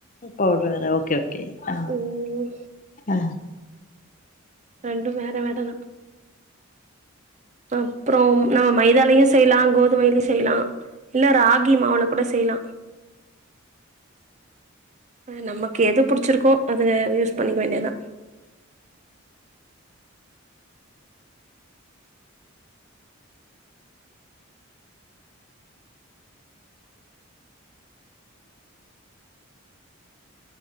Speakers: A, on the left; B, on the right.
A: பவுடரு வேற ஓகே ஓகே அ
B: ம்
A: அ
B: ரெண்டு வேற வேறதா அப்புறம் நம்ம மைதாலையு செய்யலா கோதுமைலயு செய்யலா இல்ல ராகி மாவுல கூட செய்யலா நமக்கு எது பிடிச்சிருக்கோ அத யூஸ் பண்ணிக்க வேண்டியதா